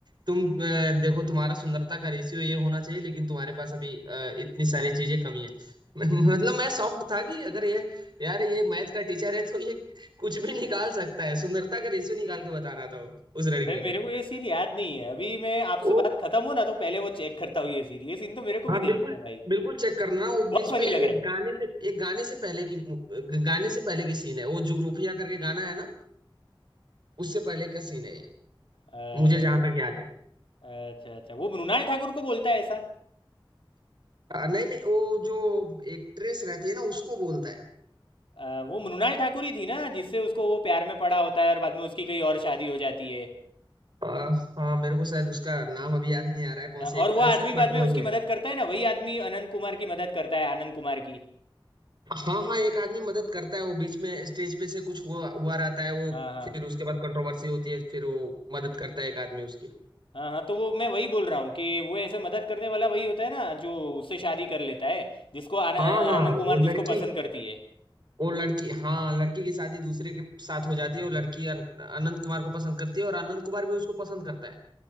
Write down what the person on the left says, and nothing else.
भाई मेरे
को ये सीन याद नहीं है अभी मैं आपसे
बात खत्म हो ना तो पहले वो चेक करता हूँ ये सीन ये सीन तो मेरे को
भी देखना
है भाई
बहुत
फनी
लग रहा
है
अच्छा
अच्छा अच्छा वो मृणाल ठाकुर को बोलता है ऐसा
अ, वो मृणाल ठाकुर ही थी ना जिससे उसको वो प्यार में पड़ा होता है और बाद में उसकी कई और शादी हो जाती है
हाँ, और
वो आदमी
बाद में
उसकी
मदद करता है ना वही आदमी अनंत कुमार की मदद करता है आनंद कुमार की
हाँ हाँ
हाँ हाँ तो वो मैं वही बोल रहा हूँ कि वो ऐसे मदद करने वाला वही होता है ना जो उससे शादी कर लेता है जिसको आन-
अ,
आनंद कुमार
जिसको
पसंद करती है